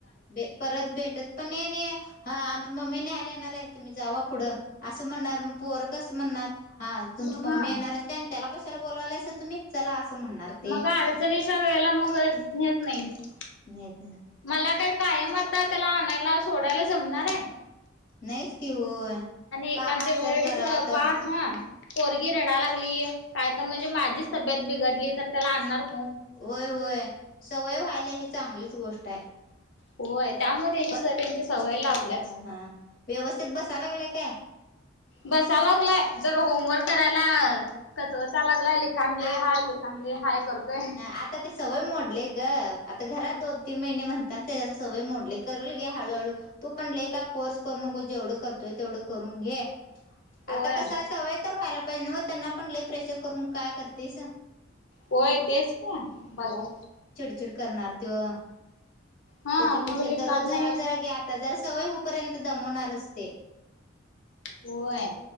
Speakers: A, on the left; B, on the left.
A: दे परत भेटत पण नाही नी हा आमची मम्मी नाही आ येणारेय तुम्ही जावा पुढं असं म्हणणार म पोरं कसं म्हणणार- हालं तुमची
B: मग हा
A: मम्मी येणार असते आणि त्याला कशाला बोवायलायंसां तम्ही चला असं म्हणणार ते
B: मग आडचणीच्या वेळेला मगअ न्हेत नाहीतं
A: <unintelligible>
B: मला काय कायमअ ता तेला आणायला सोडायला जमणार आये
A: नाहीच कि ओओ
B: एखाद्या
A: काम असतात
B: वेळेस
A: घरात
B: बा हा पोरगी रडा लागलीय काय पण म्हणजे माझीच तब्येत बिघडली तर त्याला आणणार ओ
A: होय होय सवय व्हायला ही चांगलीच गोष्ट ठाय
B: होय त्यामुळे त्याची
A: हा
B: त्यांची सवय लावल्याच
A: हा व्यवस्थित बसयलागलाय काय
B: बसा लागलाय जर होमवर्क करायला कचवचाय लागलय काम लय
A: हा
B: हाय करतोय
A: आता ते सवय मोडले ग आता घरात दोन तीन महिने म्हणतान सवय मोडली करल घे हळूहळू तू पण लय काय फोर्स करू नको जेवढं करतोय तेवढं करून घे
B: होय
A: आता कसं सवय तर व्हायला त्यांना पण लय प्रेशर करून काय करतेस
B: होय तेच का मला?
A: चिडचीड करणार तो
B: हा
A: त्याच्यापेक्षा
B: मग लिखाण
A: दररोज जरा
B: नाही
A: जरा गे आता जरास सवयहूपर्यंत दमवणार च ते.
B: होय.